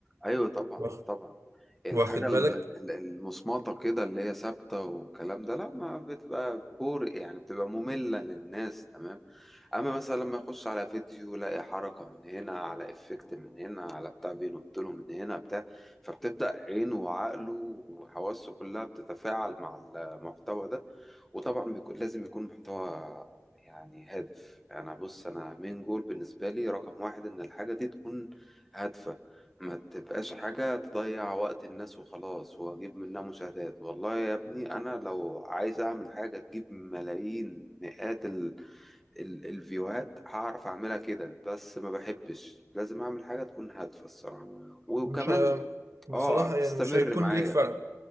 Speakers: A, in the centre; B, on the right (about 70°).
A: ايوه طبعا
B: واخ-
A: طبعا الحاجه
B: واخد
A: ال-
B: بالك
A: ال- المصمطه كده اللي هي ثابته والكلام ده لا ما بتبقى بور يعني بتبقى ممله للناس تمام اما مثلا لما يخش على فيديو لاقي حركه من هنا على افكت من هنا على بتاع بينط له من هنا بتاع فبتبدا عينه وعقله وحواسه كلها بتتفاعل مع المحتوى ده وطبعا بيكون لازم يكون محتوى يعني هادف انا بص انا مين جول بالنسبه لي رقم واحد ان الحاجه دي تكون هادفه ما تبقاش حاجه تضيع وقت الناس وخلاص واجيب منها مشاهدات والله يا ابني انا لو عايز اعمل حاجه تجيب ملايين مئات ال ال الفيوهات هعرف اعملها كده بس ما بحبش لازم اعمل حاجه تكون هادفه الصراحه وكمان
B: مش ه- بصراحه
A: اه تستمر
B: يعني مش هيكون
A: معايا
B: ليك فرق